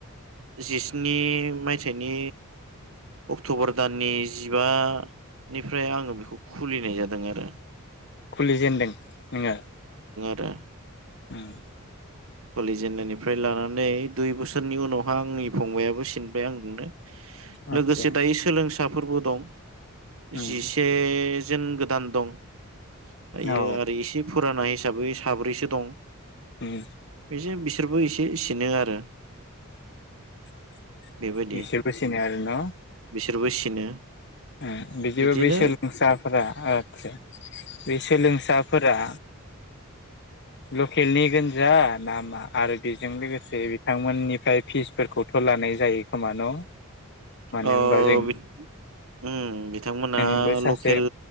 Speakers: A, on the right (about 65°); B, on the left (about 55°).
A: जिस्नि मायथाइनि अक्ट'बर दाननि जिबानिफ्राय आङो बेखौ खुलिनाय जादों आरो
B: खुलिजेेनदों नोङो
A: दा
B: ओम
A: कुलिजेननानिफ्राय लानानै दुइ बोसोरनि उनावहा आंनि फंबायाइाबो सिनबाय आंजोंनो
B: आदसा
A: लोगोसे दायो सोलोंसाफोरबो दं
B: उम
A: जिसे जोन गोदान दं दायो
B: औ
A: आरो इसे फुराना हिसाबै साब्रैसो दं।
B: उम
A: बिसो बिसोरबो एसे सिनो आरो।
B: <inaudible>
A: बेबायदि
B: बिसोरबो सिनो आरो न'
A: बिसोरबो सिनो
B: ओ बिदिबा
A: बिदिनो
B: बे सोलोंसाफोरा आतसा बे सोलोंसाफोरा लकेलनि गोनजा नामा आरो बेजों लोगोसे बिथांमोननिफ्राय फिसफोरखौथ' लानाय जायो खोमा न' मानो
A: अ
B: होनबा जों
A: बिद उम बिथांमोना
B: नोंबो सासे
A: लकेल